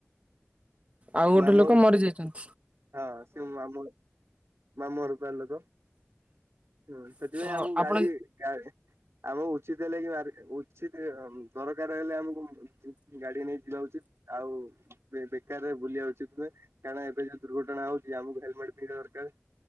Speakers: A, on the right; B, on the right.
A: ଆଉ ଗୋଟେ
B: ମାମୁଁ
A: ଲୋକ
B: ଘର
A: ମରି ଯାଇଛନ୍ତି।
B: ହଁ ସେ ମାମୁ ମାମୁର୍ <unintelligible> ହୁଁ ସେଥିପାଇଁ
A: ହଁ
B: ଆମକୁ
A: ଆପଣ
B: ଗାଡି ଗାଡ। ଆଉ ଉଚିତ୍ ହେଲେ କି ଉଚିତ ଦରକାର ହେଲେ ଆମକୁ ଗାଡି ନେଇ ଯିବା ଉଚିତ ଆଉ ବେ ବେକାରରେ ବୁଲିବା ଉଚିତ ନୁହେଁ କାରଣ ଏବେ ଯଦି ଦୁର୍ଘଟଣା ହଉଛି ଆମକୁ ହେଲମେଟ ପିନ୍ଧିବା ଦରକାର